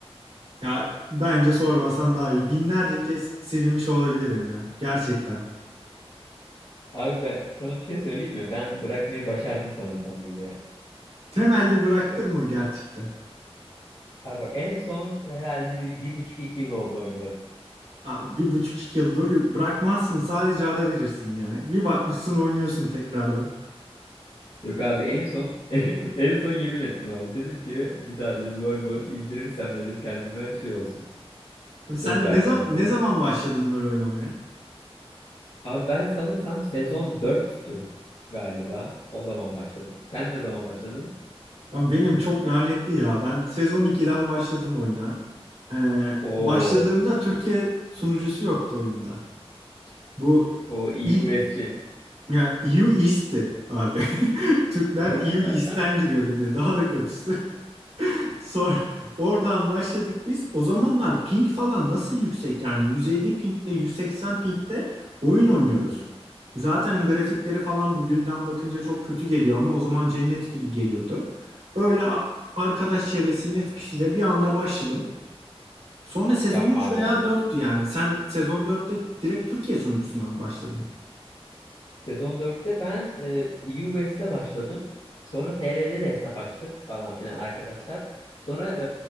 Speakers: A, on the right; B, on the left.
A: Ya bence sormasan daha iyi. Binlerce kez silmiş olabilirim ya. Gerçekten.
B: Abi ben sana bir şey söyleyeyim mi? Ben bırakmayı başardım sanırsam LoL'ü ya.
A: Temelli bıraktın
B: Be-
A: mı gerçekten?
B: Abi bak en son herhalde bir, bir buçuk iki yıl oldu oynayalım.
A: Aa, bir buçuk iki yıl LoL'ü bırakmazsın sadece ara verirsin yani. Bir bakmışsın oynuyorsun tekrardan.
B: Yok abi en son <laughs> bak en son yemin ettim abi. Dedim ki bir daha dedim LoL mol indirirsem dedim kendime şey olsun. Söz
A: Sen
B: verdim
A: ne zaman
B: abi yani.
A: ne zaman başladın rol oynamaya?
B: Abi ben sanırsam sezon dörttü galiba. O zaman başladım. Sen ne zaman başladın?
A: Abi benim çok lanetli ya. Ben sezon iki'den başladım oyuna. Ee,
B: Oo.
A: başladığımda Türkiye sunucusu yoktu oyunda. Bu
B: O EU
A: i
B: West'ci.
A: ya EU East'ti abi. <laughs> Türkler
B: <laughs>
A: EU East'ten giriyordu bir de. Daha da kötüsü. Sor, <laughs> oradan başladık biz. O zamanlar ping falan nasıl yüksek yani 150 pingde 180 pingde oyun oynuyoruz. Zaten grafikleri falan bugünden bakınca çok kötü geliyor ama o zaman cennet gibi geliyordu. Öyle a- arkadaş çevresinin etkisiyle bir anda başladım. Sonra sezon
B: Yapma
A: 3
B: abi
A: veya
B: sen.
A: 4'tü yani. Sen sezon dörtte direkt Türkiye sonuncusundan başladın.
B: Sezon dörtte ben e, EU West'e başladım. Sonra TR'de de hesap açtık falan filan arkadaşlar. Sonra